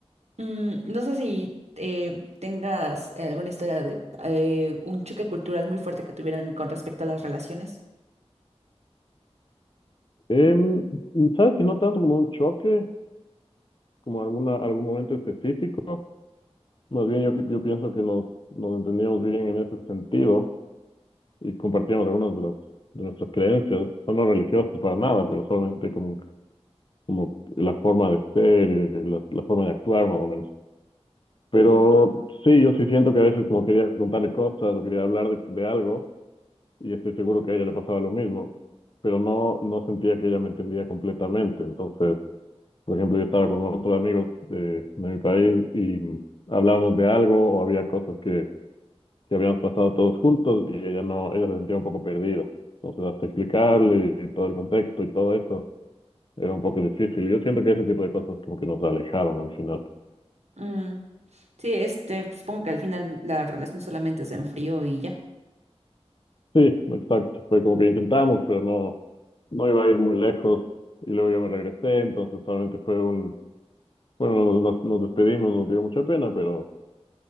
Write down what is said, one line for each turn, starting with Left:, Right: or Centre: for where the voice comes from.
Right: Mm, no sé si eh, tengas eh, alguna historia de eh, un choque cultural muy fuerte que tuvieran con respecto a las relaciones.
Left: Em, ¿sabes que no tanto como un choque, como alguna, algún momento específico? Más bien yo, yo pienso que nos, nos entendíamos bien en ese sentido y compartíamos algunas de las, de nuestras creencias. Son no religiosos para nada, pero solamente como, como la forma de ser y la, la forma de actuar más o menos. Pero
Right: Mm,
Left: sí, yo sí siento que a veces como quería contarle cosas o quería hablar de, de algo y estoy seguro que a ella le pasaba lo mismo, pero no, no sentía que ella me entendía completamente. Entonces, por ejemplo, yo estaba con otros amigos de, de mi país y mm, hablábamos de algo o había cosas que, que habíamos pasado todos juntos y ella no, ella se sentía un poco perdida. Entonces, hasta explicarle y todo el contexto y todo eso era un poco difícil. Yo siento que ese tipo de cosas como que nos alejaron al final.
Right: mm. Sí, este, supongo que al final la relación solamente se enfrió y ya.
Left: Sí, exacto. Fue como que intentamos, pero no, no iba a ir muy lejos. Y luego yo me regresé, entonces solamente fue un, Bueno, nos, nos- nos despedimos, nos dio mucha pena, pero,